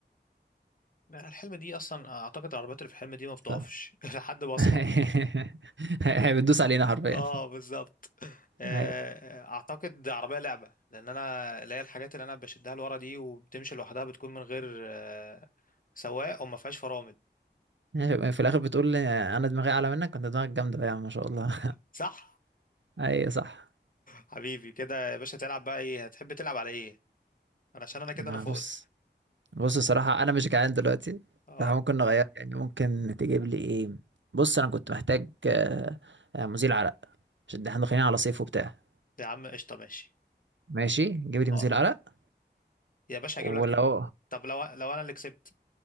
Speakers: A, on the left; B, on the right.
A: لا، الحلم دي اصلا اعتقد العربيات اللي في الحلم دي ما بتقفش
B: ف-
A: <laughs> لحد ما اصحى
B: <laughs> هي بتدوس علينا حرفيا
A: اه بالظبط آه،
B: هي
A: اعتقد عربيه لعبه لان انا اللي هي الحاجات اللي انا بشدها لورا دي وبتمشي لوحدها بتكون من غير آه، سواق وما فيهاش فرامل
B: ماشي، في الاخر بتقول لي انا دماغي اعلى منك كنت دماغك جامده يعني ما شاء الله
A: صح
B: <laughs> اي صح
A: حبيبي كده يا باشا تلعب بقى ايه هتحب تلعب على ايه انا عشان انا كده
B: ما
A: انا فقت
B: بص بص الصراحه انا مش جعان دلوقتي
A: اه
B: فممكن نغير يعني ممكن تجيب لي ايه بص انا كنت محتاج آه، آه، مزيل عرق عشان احنا داخلين على صيف وبتاع
A: يا عم قشطه ماشي
B: ماشي جيب لي
A: اه
B: مزيل عرق
A: يا باشا هجيب لك
B: ولو
A: طب لو لو انا اللي كسبت